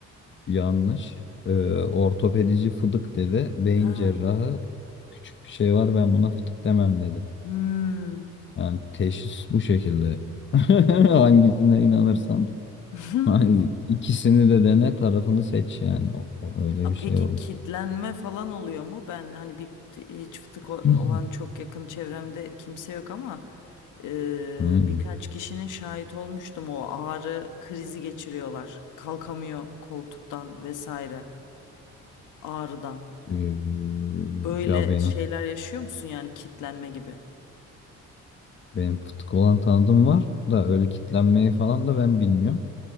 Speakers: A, on the left; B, on the left.
A: Yanlış. Ee, ortopedici fıdık dedi. Beyin
B: Ha.
A: cerrahı küçük bir şey var ben buna fıtık demem dedi.
B: Hmm.
A: Yani teşhis bu şekilde. <laughs> Hangisine inanırsan.
B: <laughs>
A: Hani ikisini de dene tarafını seç yani. O, o öyle
B: A,
A: bir şey
B: Peki
A: oldu.
B: kitlenme falan oluyor mu? Ben hani bir hiç fıtık o-
A: <clears throat>
B: olan çok
A: <laughs>
B: yakın çevremde kimse yok ama e,
A: Hmm.
B: birkaç kişinin şahit olmuştum o ağrı krizi geçiriyorlar. Kalkamıyor koltuktan vesaire ağrıdan.
A: Ee,
B: Böyle
A: ya benim
B: şeyler yaşıyor musun yani kitlenme gibi?
A: benim futbol olan tanıdığım var da öyle kitlenmeyi falan da ben bilmiyorum.